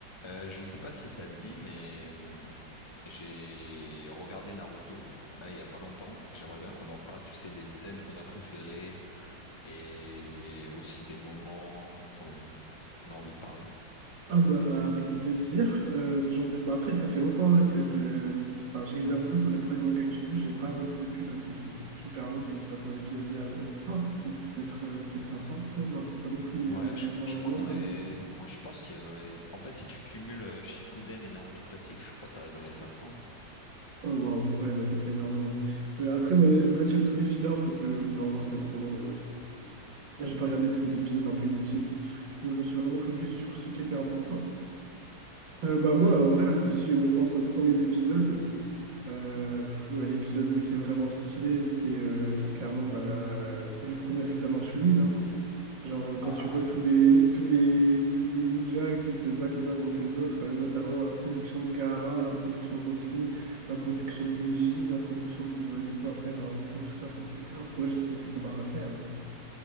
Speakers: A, on the left; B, on the right.
A: Euh, je sais pas si ça te dit, mais hum, j'ai regardé Naruto, là, il y a pas longtemps, et j'aimerais bien qu'on en parle, tu sais, des scènes qu'on a préférées et aussi des moments qu'on qu'on a envie de parler.
B: Ah bah avec plaisir, Euh, sachant que bah après ça fait longtemps là que j'ai enfin, j'ai Naruto, c'est un des premiers mangas que j'ai vu, je l'ai pas revu depuis parce que c'est super long, je sais pas combien d'épisodes il y a, mais Oh. peut-être euh, peut-être 500, <laughs> non peut-être pas non plus, mais
A: Ouais,
B: euh, il
A: je,
B: y en a énormément
A: je crois dans
B: quoi.
A: les... Non, je pense qu'il y a dans les... En fait, si tu cumules euh, Shippuden et Naruto classique, je crois que t'arrives dans les 500.
B: Oh waouh, ouais bah ça fait énormément. Euh, après moi je retire tous les fillers parce que au bout d'un moment c'était trop long, euh. j'ai pas regardé tous les épisodes un peu inutiles, donc je me suis vraiment focus sur ce qui était important. Euh, bah moi
A: Hum.
B: en vrai là, si on pense aux premiers épisodes, Euh, pff, ouais, l'épisode qui est vraiment stylé, c'est euh, c'est clairement bah, la- le premier examen Chunin. hein. Genre, euh, quand
A: Ah
B: tu vois tous
A: oui.
B: les, tous les, tous les ninjas qui se battent les uns contre les autres, euh, notamment à l'introduction de Gaara, à l'introduction de Rock Lee, l'introduction de Neji, l'introduction de, bah, du coup, après Naruto, tout ça. Enfin, c'est... oh, moi, j'ai trouvé ces combats incroyables.